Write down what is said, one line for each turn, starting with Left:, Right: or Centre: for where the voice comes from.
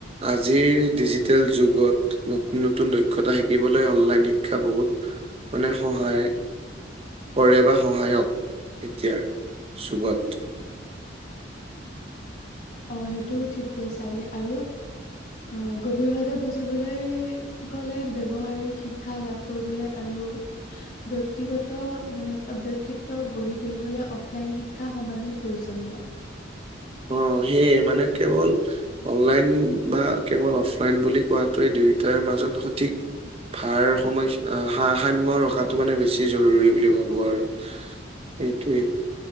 Right: আজিৰ ডিজিটেল যুগত। নতুন নতুন দক্ষতা শিকিবলৈ অনলাইন শিক্ষা বহুত মানে সহায়- পৰে বা সহায়ক এতিয়াৰ যুগত।
Left: অ সেইটোও ঠিক কৈছা ৰে আৰু অ গভীৰ ভাৱে বুজিবলে- গলে ব্যৱহাৰিক শিক্ষা লাভ কৰিবলে আৰু- ব্যক্তিগত মানে ব্যক্তিত্ব গঢ়ি তুলিবলৈ অফলাইন শিক্ষা সমানেই প্ৰয়োজনীয়।
Right: অ সেয়ে মানে কেৱল- অনলাইন বা কেৱল অফলাইন বুলি কোৱাটোৱে দুয়োটাৰ মাজত সঠিক- ভাৰ সমস্যা সা সাম্য ৰখাটো মানে বেছি জৰুৰী বুলি ভাবোঁ আৰু। সেইটোৱেই।